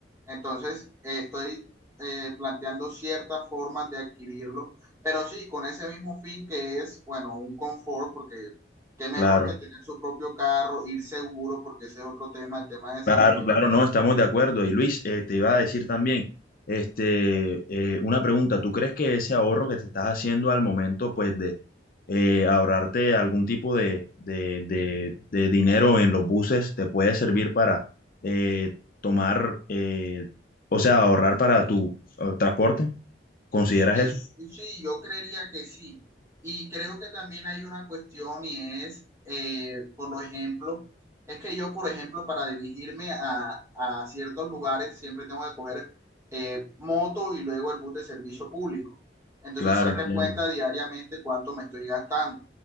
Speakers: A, on the right; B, on the left.
A: Entonces, eh, estoy eh, planteando ciertas formas de adquirirlo, pero sí, con ese mismo fin que es, bueno, un confort, porque qué mejor
B: claro.
A: que tener su propio carro, ir seguro, porque ese es otro tema, el tema de seguridad
B: Claro, claro, no, estamos de acuerdo. Y Luis, eh, te iba a decir también, este, eh, una pregunta, ¿tú crees que ese ahorro que te estás haciendo al momento, pues, de eh, ahorrarte algún tipo de, de, de- de dinero en los buses, te puede servir para eh, tomar, eh, o sea, ahorrar para tu eh, transporte? ¿Consideras
A: Sí,
B: eso?
A: sí, sí, yo creería que sí. Y creo que también hay una cuestión y es, eh, por lo ejemplo, es que yo, por ejemplo, para dirigirme a, a ciertos lugares siempre tengo que coger eh, moto y luego el bus de servicio público. Entonces
B: Claro,
A: saca
B: entiendo.
A: Claro, cuenta diariamente cuánto me estoy gastando.